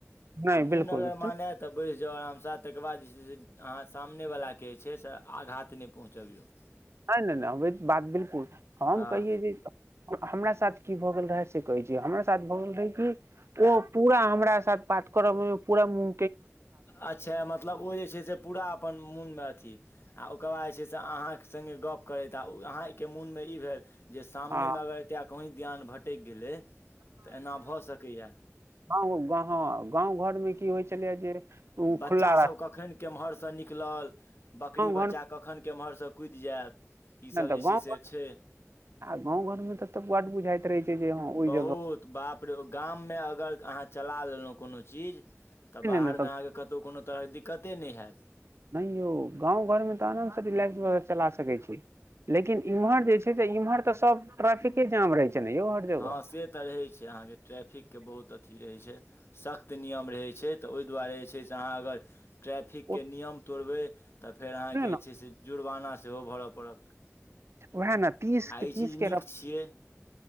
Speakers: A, on the right (about 60°); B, on the left (about 55°).
A: नहि
B: आ मुन
A: बिल्कुल
B: अगर
A: सुन
B: मानय तऽ बैस जाउ आरामसँ तकर बाद जे छै से अहाँ सामने वला के जे छै से आघात नहि पहुँचबियौ
A: नहि नहि नहि ओ बात बिलकुल हम
B: हँ
A: कहिै जे हमरा साथ की भऽ गेल रहे से कहे छै हमरा साथ भऽ गेल रहै कि ओ पूरा हमरा साथ बात करऽ मे पूरा मु
B: अच्छा मतलब ओ जे छै से पूरा अपन मुनमे अथी आ ओकर बाद जे छै से अहाँ संगे गप करैत आ अहाँके मोनमे ई भेल जे सामने
A: आ
B: मे अगर एतेक कहीँ ज्ञान भटकि गेलै तऽ एना भऽ सकैया
A: ह गाँंव घर में की होइ छलैय जे ओ
B: बच्चा
A: खुला रास्ता
B: सब कखन केम्हर सँ निकलल बकरी
A: गाँव
B: बच्चा
A: घरमे
B: कखन केम्हरसँ कुदि जायत ईसभ
A: नहि तऽ
B: जे छै
A: गाँव
B: से
A: घर
B: छै
A: आ गाँव घरमे तऽ तऽ बड बुझाइत रहय छै जे हँ ओहि
B: बहुत
A: जगह
B: बाप रे गाममे अगर अहाँ चला लेलहुँ कोनो चीज
A: पर
B: तऽ बाहरमे
A: नहि नहि
B: अहाँकेँ कतहु कोनो तरहके दिक्कते नहि हैत
A: नहि यौ गाँव घरमे तऽ आरामसँ रिलैक्स भ'क' चला सकै छी लेकिन इमहर जे छै से इमहर तऽ सब ट्रेफिके जाम रहै छै ने यौ हर जगह
B: हँ से तऽ रहै छै अहाँके ट्रैफिकके बहुत अथी रहै छै सख्त नियम रहैत छै तऽ ओहि ताहि दुआरे जे छै से अहाँ अगर ट्रैफिकके
A: ओतने
B: नियम तोड़बै तऽ फेर अहाँकेँ
A: ने
B: जे छै से जुर्माना सेहो भरऽ पड़त
A: उएह ने तीस
B: आ
A: के तीस
B: ई चीज
A: के
B: नीक
A: र
B: छियै